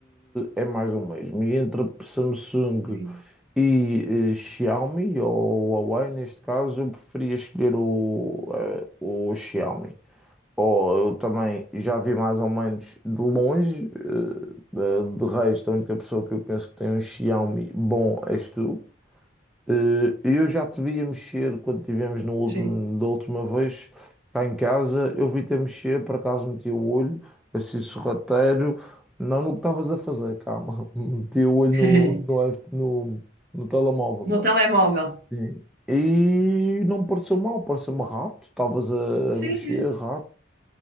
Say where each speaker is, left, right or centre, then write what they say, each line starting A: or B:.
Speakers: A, in the centre; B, on the right.
A: eh, é mais do mesmo. E entre Samsung
B: Sim.
A: e eh, Xiaomi, ou Huawei, neste caso, eu preferia escolher o, eh, o Xiaomi. Ou eu também já vi mais ou menos de longe, eh, eh, de resto, a única pessoa que eu penso que tem um Xiaomi bom és tu. Eh, Eu já te via mexer quando tivemos no, ul-
B: Sim.
A: da última vez cá em casa. Eu vi-te a mexer, por acaso meti o olho, assim sorrateiro. Não no que estavas a fazer, calma. <laughs> Meti o olho
B: <laughs>
A: no, no, iPh- no, no telemóvel.
B: No telemóvel.
A: Sim. E não me pareceu mal, pareceu-me rápido. Estavas a
B: Sim.
A: a mexer
B: é.
A: rápido.